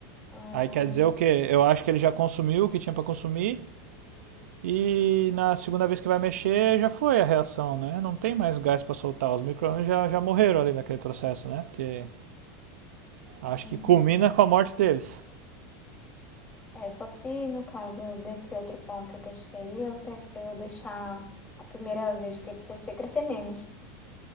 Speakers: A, on the left; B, on the right.
A: Ah,
B: Aí quer dizer o quê? Eu acho que ele já consumiu o que tinha pra consumir e na segunda vez que vai mexer já foi a reação, né? Não tem mais gás pra soltar, os micro-ondas já, já morreram ali naquele processo, né? Porque acho
A: Uhum.
B: que culmina com a morte deles.
A: É, só se no caso desse outro pão que eu testei, eu, te- eu deixar a primeira vez que ele crescer, crescer menos,